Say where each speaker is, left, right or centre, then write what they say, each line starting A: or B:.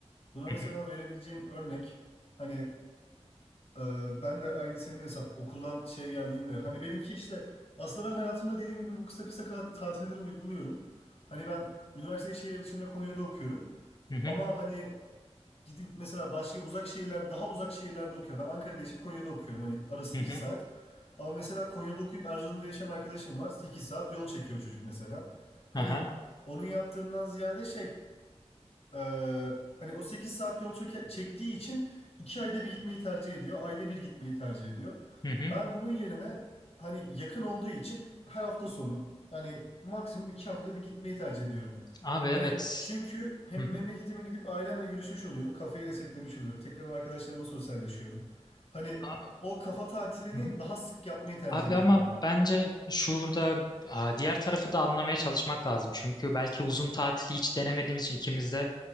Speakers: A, on the left (about 60°); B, on the left (about 40°).
A: Buna
B: Hı
A: mesela
B: hı
A: verebileceğim örnek hani Ee, ben de aynı senin hesap okuldan şey geldiğimde hani benimki işte aslında ben hayatımda dediğim gibi bu kısa kısa ka- tatilleri uyguluyorum. Hani ben üniversiteyi şehir dışında Konya'da okuyorum
B: hı hı
A: ama hani gidip mesela başka uzak şehirler daha uzak şehirlerde okuyorum. Ben Ankara'da yaşayıp Konya'da okuyorum hani arası
B: hı
A: 2
B: hı.
A: saat. Ama mesela Konya'da okuyup Erzurum'da yaşayan arkadaşım var 8 saat yol çekiyor çocuk mesela. Hani
B: Aha.
A: onun yaptığından ziyade şey ee, hani o 8 saat yol çöke- çektiği için 2 ayda bir gitmeyi tercih ediyor. Ayda bir gitmeyi tercih ediyor.
B: Hı hı.
A: Ben bunun yerine hani yakın olduğu için her hafta sonu yani maksimum 2 haftada bir gitmeyi tercih ediyorum.
B: Abi
A: Hani
B: evet.
A: çünkü hem
B: Hı hı.
A: memleketime gidip ailemle görüşmüş oluyorum. Kafayı resetlemiş oluyorum. Tekrar arkadaşlarımla sosyalleşiyorum. Hani
B: Abi.
A: o kafa tatilini
B: Hı hı.
A: daha sık yapmayı tercih
B: Abi
A: ediyorum
B: ama
A: ben.
B: bence şurada a, diğer tarafı da anlamaya çalışmak lazım. Çünkü belki uzun tatili hiç denemediğimiz için ikimiz de